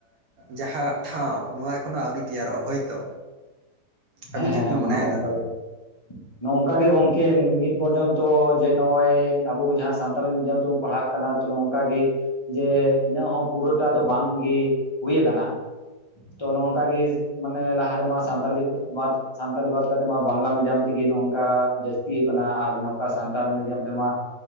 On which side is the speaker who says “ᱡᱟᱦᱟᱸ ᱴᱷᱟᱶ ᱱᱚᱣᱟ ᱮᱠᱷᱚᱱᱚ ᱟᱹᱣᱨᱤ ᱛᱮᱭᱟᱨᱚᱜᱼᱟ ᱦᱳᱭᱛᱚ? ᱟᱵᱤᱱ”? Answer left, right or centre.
Right